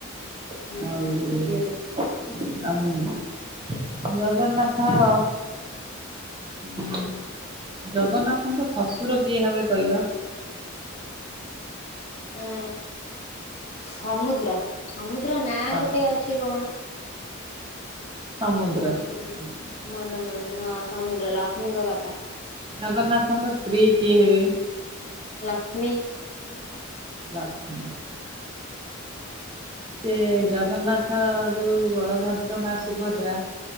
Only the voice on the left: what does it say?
ହୁଁ
ଉ ସମୁଦ୍ର। ସମୁଦ୍ର ନାଁ
ଗୋଟେ ଅ ଛି କଣ?
ହଁ
ମନେ ପଡୁନି ହଁ ସମୁଦ୍ର ଲକ୍ଷ୍ମୀଙ୍କ ବାପା।
ଲକ୍ଷ୍ମୀ।